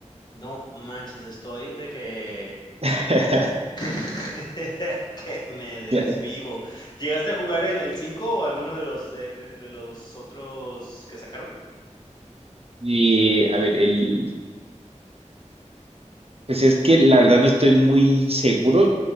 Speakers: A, on the left; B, on the right.
A: No manches, estoy de que,
B: <laughs>
A: <laughs> que me desvivo.
B: Claro.
A: ¿Llegaste a jugar el, el 5 o alguno de los de, de- de los otros que sacaron?
B: Y a ver, el, pues es que la verdad no estoy muy seguro.